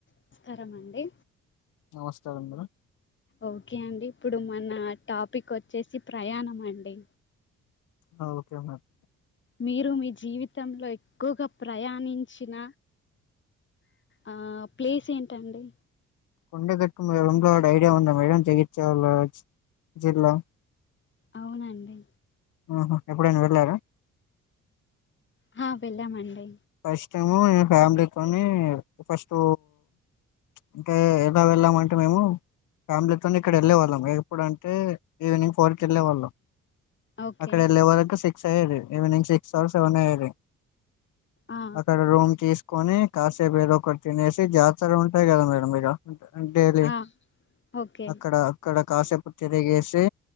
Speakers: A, on the left; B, on the left.
A: నమస్కారం అండి
B: నమస్కారం మేడం
A: ఓకే అండి ఇప్పుడు మన టాపిక్ వచ్చేసి ప్రయాణం అండి
B: ఆ ఓకే మ్యామ్
A: మీరు మీ జీవితంలో ఎక్కువగా ప్రయాణించిన ఆ ప్లేస్ ఏంటండి
B: కొండ కట్లంలోడ ఐడియా ఉంద మేడం జగిత్యాల జిల్లా
A: అవునండి
B: ఆహ ఎప్పుడైనా వెళ్ళారా
A: హ వెళ్ళామండి
B: ఫస్ట్ టైము ఫ్యామిలీతోని ఫస్ట్ అంటే ఎలా వెళ్ళామంటే మేము ఫ్యామిలీతో ఇక్కడ వెళ్ళేవాళ్ళం ఎప్పుడంటే ఈవినింగ్ ఫోర్కి వెళ్ళేవాళ్ళం
A: ఓకే
B: అక్కడ వెళ్ళే వరకు సిక్స్ అయ్యేది ఈవినింగ్ సిక్స్ ఆర్ సెవెన్ అయ్యేది
A: ఆ
B: అక్కడ రూమ్ తీసుకొని కాసేపు ఏదో ఒకటి తినేసి జాతర ఉంటాయి కదా మేడం ఇడ ఉంటయి లే
A: ఆ ఓకే
B: అక్కడ అక్కడ కాసేపు తిరిగేసి